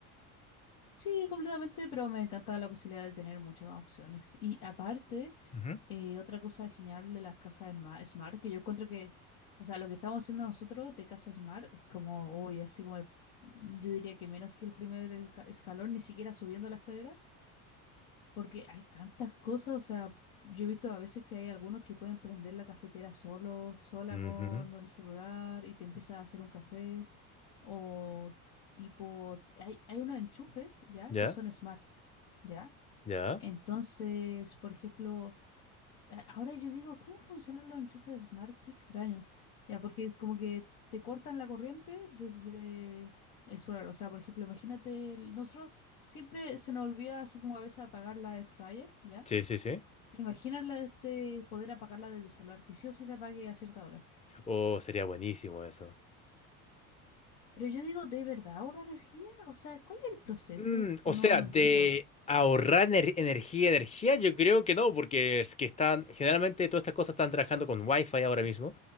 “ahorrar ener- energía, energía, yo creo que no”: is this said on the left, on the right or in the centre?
Left